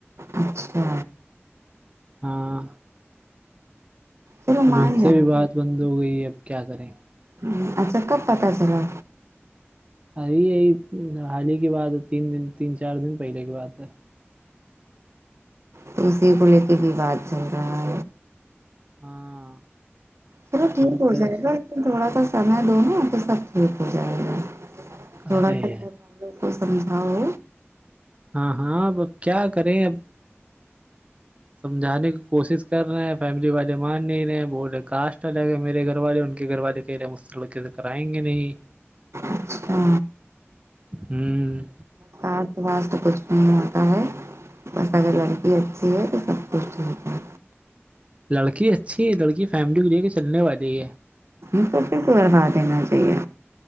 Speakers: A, on the right (about 75°); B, on the right (about 25°).
A: اچھا
B: ہاں
A: چلو
B: ابھی
A: مان
B: ان
A: جائیں
B: سے بھی بات بند ہو گئی ہے اب کیا کریں
A: ہ اچھا کب پتا چلا
B: ای یہی حال ہی کی بات ہے تین دن تین چار دن پہلے کی بات ہے
A: تو اسی کو لے کے بھی بات چل رہا ہے
B: ہاں
A: چلو ٹھیک
B: بہت
A: ہو
B: پریش
A: جائے گا لیکن تھوڑا سا سمے دو نا پھر سب ٹھیک ہو جائے گا تھوڑا
B: ارے
A: سا
B: ہے،
A: کرواالو تو سمجھاؤ
B: ہاں ہاں اب کیا کریں اب سمجھانے کی کوشش کر رہے ہیں فیملی والے مان نہیں رہے بولے کاسٹ الگ ہے میرے گھر والے ان کے گھر والے مستل کرائنی
A: اچھا
B: ہوں
A: کار باس تو کچھ نہیں ہوتا ہے بس اگر لڑکی اچھی ہے تو سب کچھ ٹھیک ہے
B: لڑکی اچھی ہے لڑکی فیملی کو لے کے چلنے والی ہے
A: م کو پس کروا دینا چاہیے